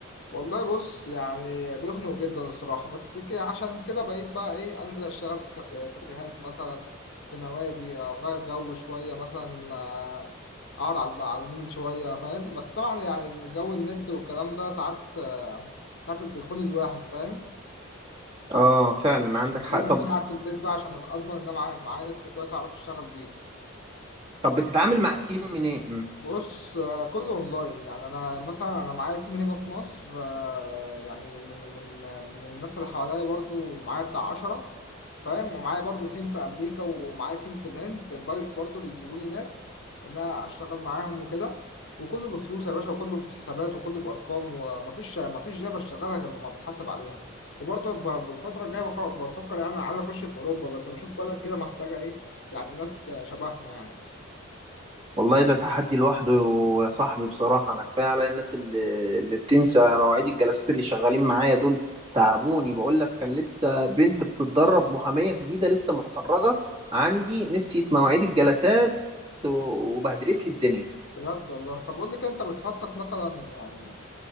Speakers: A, on the left (about 60°); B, on the right (about 30°).
A: والله بص يعني بيخنق جدا الصراحه بس كده عشان كده بقيت بقى ايه انزل اشتغل في كافي- كافيهات مثلا في نوادي اغير جو شويه مثلا آه، اقعد على على النيل شويه فاهم بس طبعا يعني الجو النت والكلام ده ساعات آه، ساعات بيخون الواحد فاهم
B: اه فعلا
A: عشان
B: عندك حق
A: لازم
B: طب
A: اكون قاعد في البيت بقى عشان اضمن ان انا معايا معايا نت كويس اعرف اشتغل بيه
B: طب بتتعامل مع تيم منين
A: بص آه، كله اونلاين يعني انا مثلا انا معايا تيم هنا في مصر آه، يعني من من من الناس اللي حواليا برضو معايا بتاع عشرة فاهم ومعايا برضو تيم في امريكا ومعايا تيم في الهند باي- برضو بيجيبوا لي ناس ان انا اشتغل معاهم وكده وكله بفلوس يا باشا وكله بحسابات وكله بارقام ومفيش مفيش جاب اشتغلها غير لما بتحاسب عليها وبرضو ب- بالفتره الجايه بخ- بفكر يعني عايز اخش في اوروبا بس بشوف بلد كده محتاجه ايه يعني ناس شبهنا يعني
B: والله ده تحدي لوحده يا صاحبي بصراحة أنا كفاية على الناس اللي, اللي بتنسى مواعيد الجلسات اللي شغالين معايا دول تعبوني بقول لك كان لسه بنت بتتدرب محامية جديدة لسه متخرجة عندي نسيت مواعيد الجلسات وبهدلت لي الدنيا
A: بجد والله طب قول لي كده انت بتخطط مثلا يعني